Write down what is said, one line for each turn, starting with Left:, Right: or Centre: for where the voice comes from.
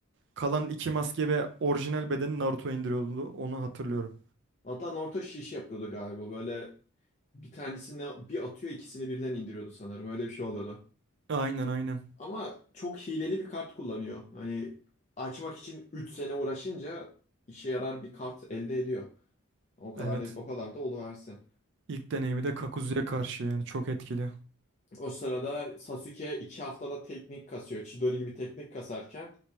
Right: Kalan 2 maske ve orijinal bedeni Naruto indiriyordu. Onu hatırlıyorum.
Left: Adnan orta şiş yapıyordu galiba. Böyle bir tanesini bir atıyor ikisini birden indiriyordu sanırım. Öyle bir şey oluyordu.
Right: Aynen aynen.
Left: Ama çok hileli bir kart kullanıyor. Hani açmak için 3 sene uğraşınca işe yarar bir kart elde ediyor. O kadar
Right: Evet.
Left: da, o kadar da oluversin.
Right: İlk deneyimi de Kakuzu'ya karşı yani çok etkili.
Left: O sırada Sasuke iki haftada teknik kasıyor. Chidori gibi teknik kasarken